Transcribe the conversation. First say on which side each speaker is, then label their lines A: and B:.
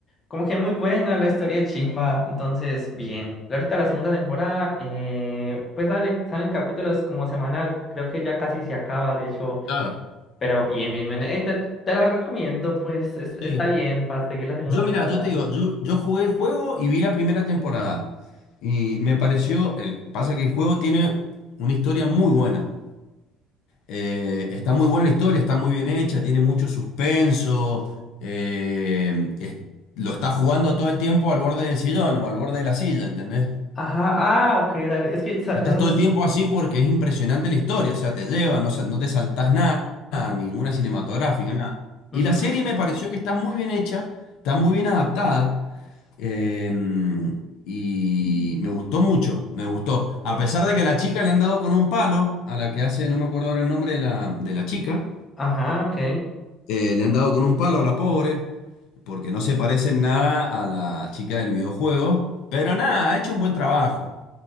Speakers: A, on the left; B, on the left.
A: Como que muy buena la historia chimba, entonces bien. Ahorita la segunda temporada, eh, pues dale, salen capítulos como semanal, creo que ya casi se acaba, de hecho,
B: claro.
A: pero bien, bien, bien. Eh, te, te la recomiendo, pues es- está
B: Sí.
A: bien para seguir la segunda
B: Yo,
A: temporada.
B: mira, yo te digo, yo, yo jugué el juego y vi la primera temporada. Y me pareció, el, pasa que el juego tiene una historia muy buena. Eh, está muy buena la historia, está muy bien hecha, tiene mucho suspenso. eh, es- lo está jugando todo el tiempo al borde del sillón o al borde de la silla, ¿entendés?
A: Ajá, ah, ok, dale, es que esa-
B: Estás
A: esas...
B: todo el tiempo así porque es impresionante la historia, o sea, te lleva, no, sa- no te saltás nada, ninguna cinematográfica, nada.
A: ujú,
B: Y la
A: ujú,
B: serie me pareció que está muy bien hecha, está muy bien adaptada, eh, y me gustó mucho, me gustó. A pesar de que a la chica le han dado con un palo, a la que hace, no me acuerdo ahora el nombre de la, de la chica,
A: Ajá, ok.
B: eh, le han dado con un palo a la pobre, porque no se parece en nada a la chica del videojuego, pero nada, ha hecho un buen trabajo.